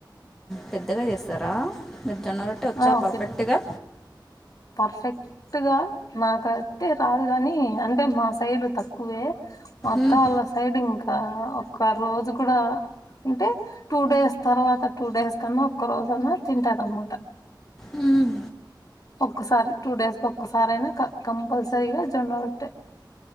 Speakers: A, in the centre; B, on the left.
A: పెద్దగా చేస్తారా మీరు జొన్నరట్టే వచ్చా
B: ఆ
A: పర్ఫెక్ట్గా
B: పెద్ద పర్ఫెక్ట్ గా నాకయితే రాదు కాని అంటే మా సైడ్ తక్కువ వేమా అత్త
A: మ్మ్.
B: వాళ్ళ సైడ్ ఇంకా ఒక్క రోజు కూడా అంటే టూ డేస్ తర్వాత టూ డేస్ అన్నా ఒక్క రోజన తింటారు కమ్మాట
A: ఉమ్
B: ఒక్కసారి టూ డేస్ క ఒక్కసారి అయినా కంపల్సరీగా జొన్న రోటే